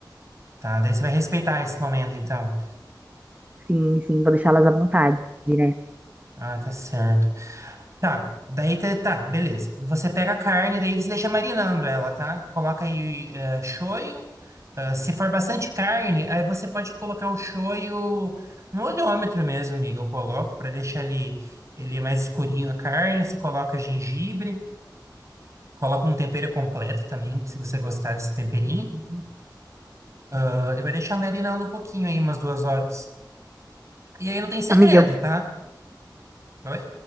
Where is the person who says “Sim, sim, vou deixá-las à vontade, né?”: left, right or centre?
Right